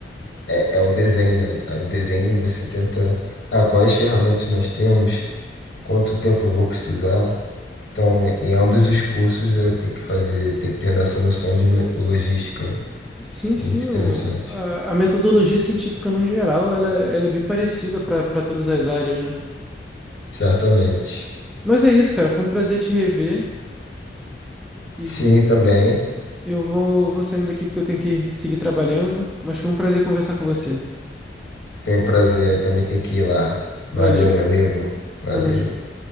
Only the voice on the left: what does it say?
é, é o desenho, né? É o desenho você tenta, ah, quais ferramentas nós temos, quanto tempo eu vou precisar. Então,
em ambos os cursos, é, tem que fazer, tem que ter essa noção de no- logística, né?
É
Muito interessante.
Certamente.
Sim, também.
Foi um prazer. Também tem que ir lá. Valeu,
meu amigo. Valeu.